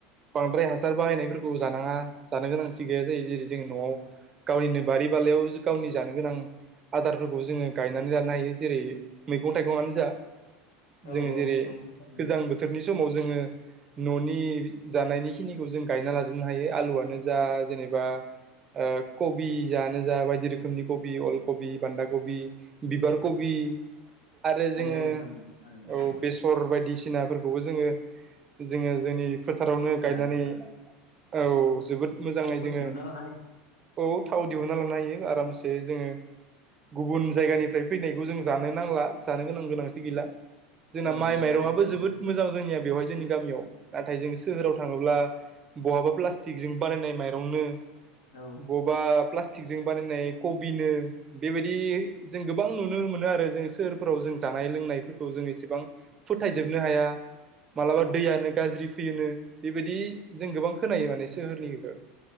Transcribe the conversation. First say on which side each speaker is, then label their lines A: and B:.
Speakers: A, on the right (about 20°); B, on the left (about 80°).
A: बांद्राय हासार बाहायनायफोरखौ जानाङा जानो गोनांथि गैया जायो जेरै जों न'आव गावनिनो बारि बालायाव गावनि जानो गोनां आदारफोरखौ जोङो गायनानै लानो हायो जेरै मैगं थायगंआनो जा
B: औ
A: जोङो
B: औ
A: जेरै
B: नंगौ थारैनो
A: गोजां बोथोरनि समाव जोङो न'नि जानायनि खिनिखौ जों गायना लाजोबनो हायो आलुआनो जा जेनेबा ओ कबिआनो जा बायदि रोखोमनि कबि अल कबि बान्दा कबि बिबार कबि आरो
B: नंगौ
A: जोङो
B: नोंथां नंगौ थारैनो
A: औ बेसर बायदिसिनाफोरखौ खौबो जोङो-जोङो जोंनि फोथारावनो
B: फोनानै
A: गायनानै औ जोबोद मोजाङै
B: थावफोर
A: जोङो
B: दिहुनना लानो
A: औ थाव दिहन लानो‌हायो आरामसे जोङो गुब जयगानिफ्राय फैनायखौ‌जों जानो नांला जानो गोनांथि गैला जोंना
B: हायो औ
A: माइ
B: औ
A: मायरं
B: नंगौ थारैनो
A: जोबोद मोजां जोंनिया बेवहाय जोंनि गामियाव नाथाय जों सोहोराव थाङोब्ला बहाबा प्लास्टिकजों बानायनाय मायरंनो
B: औ
A: बबा प्लाटि प्लासटिगजों बानायनाय कबिनो बेबायदि जों गोबां नुनो मोनो आरो जों सोहोरफोराव जों जानाय लोंनायफोरखौ जों इसेबां फोथायजोबनो हाया मालाबा दैआनो गाज्रि फैयोनो बेबायदि जों गोबां खोनायो माने सोहोरनिखो।